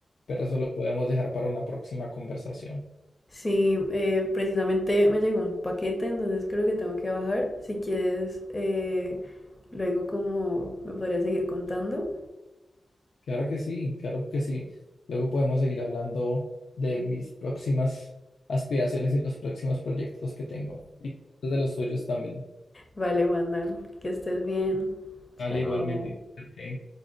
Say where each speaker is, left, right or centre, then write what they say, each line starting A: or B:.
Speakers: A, on the left; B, on the left.
A: Pero eso lo podemos dejar para una próxima conversación.
B: Sí, eh, precisamente me llegó un paquete, entonces creo que tengo que bajar. Si quieres, eh, luego como me podría seguir contando.
A: Claro que sí, claro que sí. Luego podemos seguir hablando de mis próximas aspiraciones y los próximos proyectos que tengo. Y de los suyos también.
B: Vale, mandan, que estés bien. Chao.
A: Dale, igualmente. cuídate.